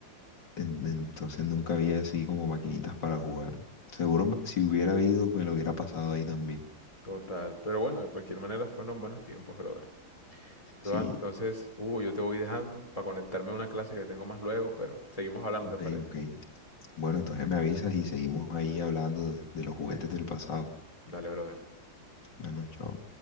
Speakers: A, on the left; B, on the left.
A: En- entonces nunca había así como maquinitas para jugar. Seguro me- si hubiera habido, me lo hubiera pasado ahí también.
B: Total, pero bueno, de cualquier manera fueron buenos tiempos, brother. Todo-
A: Sí,
B: Entonces, Hugo, yo te voy dejando para conectarme a una clase que tengo más luego, pero seguimos hablando,
A: ok,
B: ¿te parece?
A: ok. Bueno, entonces me avisas y seguimos ahí hablando de, de los juguetes del pasado.
B: Dale, brother.
A: Bueno, chao.